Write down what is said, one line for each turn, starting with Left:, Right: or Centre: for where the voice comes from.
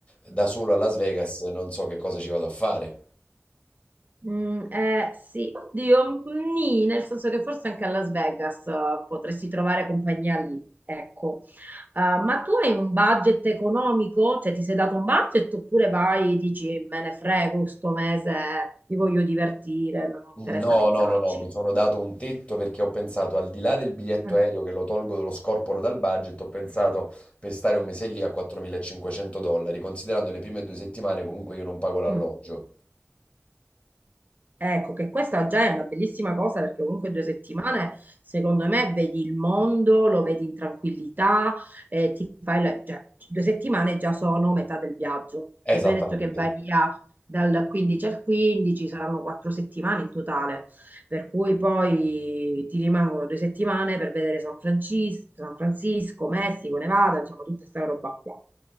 Left: da solo a Las Vegas non so che cosa ci vado a fare.
Right: Mm, eh, sì, oddio, mm, nì, nel senso che forse anche a Las Vegas eh, potresti trovare compagnia lì, ecco. Eh, ma tu hai un budget economico? Cioè ti sei dato un budget oppure vai e dici me ne frego, sto mese mi voglio divertire, non mi interessa
Left: No,
Right: pensarci.
Left: no, no, no, mi sono dato un tetto perché ho pensato al di là del biglietto
Right: Mm.
Left: aereo che lo tolgo, lo scorporo dal budget, ho pensato per stare un mese lì a 4.500 dollari, considerando le prime due settimane comunque io non pago l'alloggio.
Right: Mm. Ecco, che questa già è una bellissima cosa perché comunque due settimane, secondo me, vedi il mondo, lo vedi in tranquillità, eh, ti fai la- già- due settimane già sono metà del viaggio, perché
Left: Esattamente.
Right: tu hai detto che vai via dal 15 al 15, saranno quattro settimane in totale per cui poi ti rimangono due settimane per vedere San Francisco, San Francisco, Messico, Nevada, insomma, tutta questa roba qua.